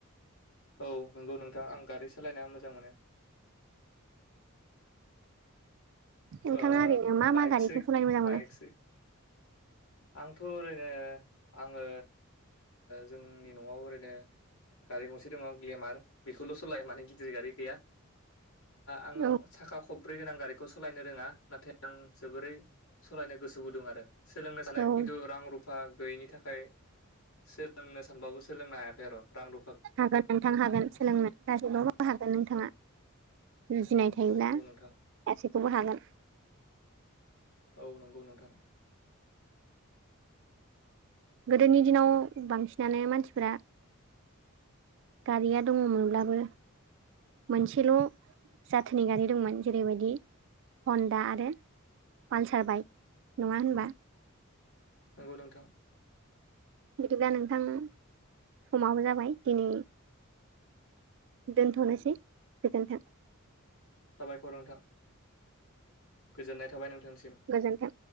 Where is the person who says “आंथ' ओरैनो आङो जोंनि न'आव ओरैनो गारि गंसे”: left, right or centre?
Left